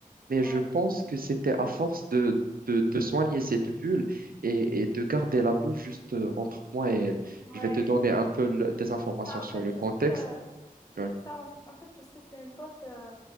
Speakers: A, on the right; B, on the left.
A: mais
B: Ouais,
A: je pense que c'était à force de, de, de soigner cette bulle et, et de garder la bulle juste euh, entre moi et elle.
B: ouais,
A: Je vais te donner
B: ouais.
A: un peu le- des informations
B: Ça, en
A: sur
B: fait,
A: le
B: je
A: contexte.
B: sais, euh, je-
A: Ouais,
B: ça, en en fait, je sais, c'est une faute. euh,